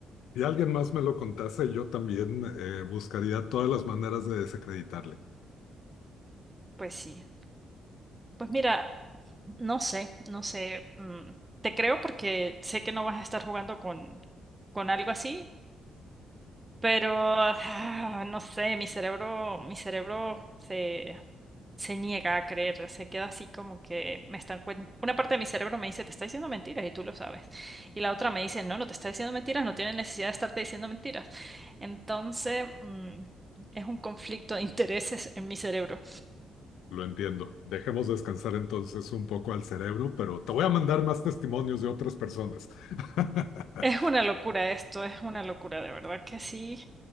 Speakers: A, on the left; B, on the right.
A: Si alguien más me lo contase, yo también eh, buscaría todas las maneras de desacreditarle.
B: Pues sí, pues mira, no sé, no sé, mm, te creo porque sé que no vas a estar jugando con, con algo así Pero, ah, no sé, mi cerebro, mi cerebro se, se niega a creer, se queda así como que me están cuen- Una parte de mi cerebro me dice, te está diciendo mentiras y tú lo sabes. Y la otra me dice, no, no te está diciendo mentiras, no tiene necesidad de estarte diciendo mentiras. Entonces, mm, es un conflicto de intereses en mi cerebro.
A: Lo entiendo. Dejemos descansar entonces un poco al cerebro, pero te voy a mandar más testimonios de otras personas. <laughs>
B: Es una locura esto, es una locura, de verdad que sí.